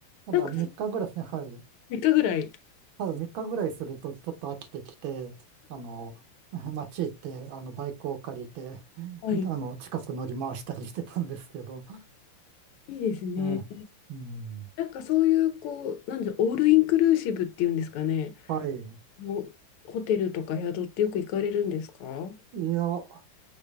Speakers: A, on the right (about 70°); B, on the left (about 85°).
A: ただ、
B: なんか
A: 3日ぐらい、はい、
B: 3日ぐらい。
A: ただ3日ぐらいするとちょっと飽きてきて、あの、<laughs> 街行って、あの、バイクを借りて、<laughs>
B: はい。
A: あの、近く乗り回したりしてたんですけど、
B: いいですね。
A: ええ、うん、
B: なんかそういう、こう、なんで、オールインクルーシブっていうんですかね。
A: はい。
B: もうホテルとか宿ってよく行かれるんですかう
A: いや、あ